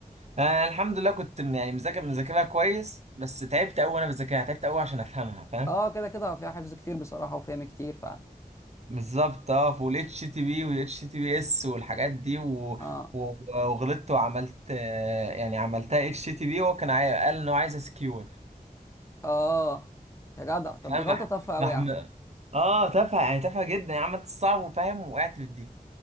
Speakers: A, on the right; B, on the left.
A: انا الحمد لله كنت م- يعني مذاكر مذاكرها كويس بس تعبت قوي وانا بذاكرها تعبت قوي عشان افهمها فاهم
B: اه كده كده فيها حفظ كتير بصراحة وفهم كتير فعلا
A: بالظبط اه في الاتش تي بي والاتش تي بي اس والحاجات دي و...
B: اه
A: و... وغلطت وعملت آه، يعني عملتها اتش تي بي وهو كان عاي... قال انه عايز سكيور
B: اه يا جدع طب
A: فاهم
B: دي غلطة
A: مح...
B: تافهة قوي
A: مح...
B: يا عم
A: اه تافهه يعني تافهه جدا يعني عملت الصعب وفاهم وقعت في دي